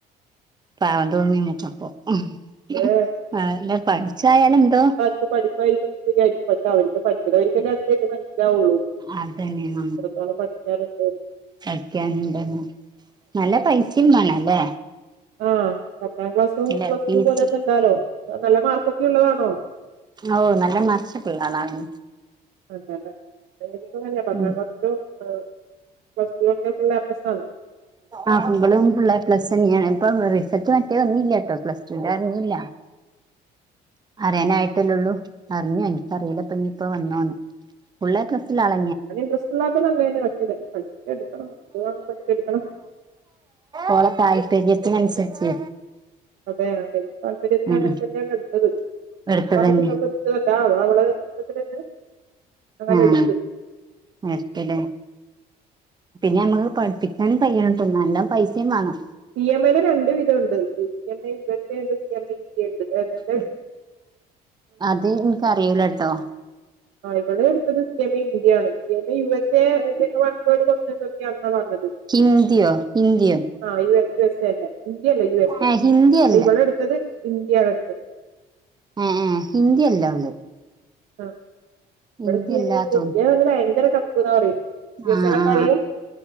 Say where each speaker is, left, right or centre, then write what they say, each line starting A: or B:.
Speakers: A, on the right; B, on the right.
A: പാവം തോന്നും നമുക്കപ്പോ ഉം ഉം
B: ഏ,
A: അല്ല പഠിച്ചായാലെന്തോ
B: പ്പ പഠിപ്പായിരിക്കും ന്ന് വിചാരിക്കും പക്ഷെ അവര്ക്ക് പഠിക്കണവര്ക്കന്നെ അതിലെ ഇത് മനസ്സിലാവുള്ളൂ
A: അതന്നെ ന
B: എത്രത്തോളം പഠിക്കാനുണ്ട് എന്ന്.
A: പഠിക്കാനുണ്ടെന്ന് നല്ല പൈസിം വേണല്ലേ
B: ആഹ് പത്താം ക്ലാസ്സും
A: നല്ല
B: പ്ലസ്
A: ഫീസ്
B: ടു പോലെ ഒന്നു അല്ലാലോ നല്ല മാർക്കൊക്കെ ഉള്ളതാണോ
A: ഓഹ് നല്ല മാച്ചെക്കെ ഉള്ളാളാണ്
B: അതെ അല്ലെ <unintelligible> പത്താം
A: ഉം
B: ക്ലാസ് രു അ പ്ലസ് ടുലെക്കെ ഫുള്ള് എ പ്ലസ്സാണ്
A: ആഹ് ഇവളും ഫുള്ള് എപ്ലസന്നെയാണ് ഇപ്പൊ റിസൾട്ട് മറ്റേ വന്നില്ല്യാ ട്ടോ പ്ലസ് ടു ന്റ അറിഞ്ഞില്ല അറിയാനായിട്ടല്ലള്ളൂ അറിഞ്ഞയ്ന് എനിക്കറിയില്ലപ്പ നീയിപ്പ വന്നോന്ന് ഫുള്ളെ എ പ്ലസ്സിലാണ്
B: പഠിക്കാനും പ്രശ്ന ഇല്ലാത്തതല്ലെല് പഠിച്ചെ പഠിച്ചെടുക്കണം എന്തുവാന്നും പഠിച്ചെടുക്കണം
A: ഓള താൽപര്യത്തിനന്സരിച്ച്
B: അതെ അല്ലെ താല്പര്യത്തിന്
A: ഉം
B: അങ്ങന തന്നെയാണ് എടുത്തത്
A: എടുത്തതന്നെ
B: <inaudible> ഇത് ലെന്താ അവളവളതായി ഇഷ്ടത്തിനന്നെ അങ്ങനെ
A: ഉം
B: എടുത്ത്.
A: ക്കല്ലേ പിന്നെ അമ്മക്ക് പഠിപ്പിക്കാനും കയ്യണെട്ടോ നല്ല പൈസേം വെണം.
B: സി എം എ ല് രണ്ട് വിധം ഒണ്ട് C M A U S A ഒണ്ട് സി എം എ ഇന്ത്യ ഒണ്ട് ഇതിലേതാ
A: ഉം അത് ഇന്ക്ക് അറിയില ട്ടോ
B: ആഹ് ഇവള് എടുത്തത് സി എം എ ഇന്ത്യയാണ് C M A U S A പിന്ന് വൺ വേർഡ് കൊസ്റ്റിയൻസ് ഒക്കെയാണ്ന്ന പറഞ്ഞത്
A: ഹിന്ദിയോ ഇന്ത്യയോ
B: ആഹ് യു എസ് എ അല്ലെ ഇന്ത്യ അല്ല യു എസ് എ
A: ഏ ഹിന്ദി
B: അപ്പ
A: അല്ല
B: ഇവളെടുത്തത് ഇന്ത്യ ആണ്
A: ഉം ഉം ഹിന്ദി അല്ല അവള്
B: ആഹ് ഇവ്ട
A: ഹിന്ദി
B: സി
A: അല്ലാ
B: എം എ ഇന്ത്യ
A: തോന്നു
B: ല്ലെ ഇന്ത്യ പറഞ്ഞ ഭയങ്കര ടഫഫ്ന്നാ പറയുന്ന യു എസ്
A: ആ
B: എ നെ
A: ആ
B: കാളിലും